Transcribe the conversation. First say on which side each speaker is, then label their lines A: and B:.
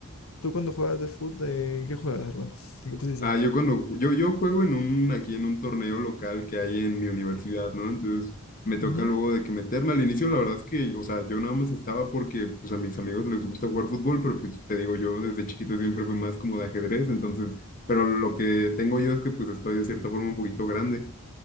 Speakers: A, on the left; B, on the left.
A: Tú cuando juegas de fútbol, ¿de qué juegas, hermano? ¿De qué posición?
B: Ah, yo cuando yo, yo juego en un, aquí en un torneo local que hay en mi universidad, ¿no? Entonces me toca
A: Ujú,
B: luego de que meterme. Al inicio, la verdad es que, o sea, yo nada más estaba porque pues a mis amigos les gusta jugar fútbol, pero pues te digo, yo desde chiquito siempre fui más como de ajedrez, entonces, pero lo que tengo yo es que pues estoy de cierta forma un poquito grande.